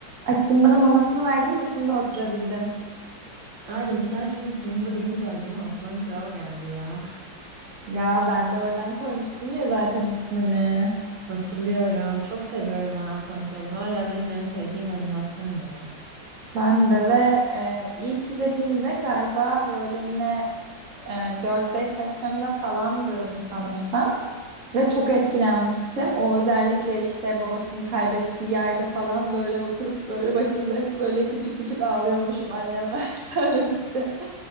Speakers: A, on the right; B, on the right.
A: Ay şimdi bana mamasını verdim de şimdi oturabildim.
B: Ay sen şimdi Simba deyince aklıma Aslan Kral geldi ya.
A: Ya ben de oradan koymuştum ya zaten ismini.
B: <laughs> Hatırlıyorum. Çok seviyorum ben Aslan Kral'ı. Hala benim en sevdiğim animasyon ya.
A: Ben de ve e, ilk izlediğimde galiba böyle yine e, 4-5 yaşlarında falandım sanırsam. Ve çok etkilenmiştim. O özellikle işte babasını kaybettiği yerde falan böyle oturup böyle başında böyle küçük küçük ağlıyormuşum anneme <laughs> söylemişti.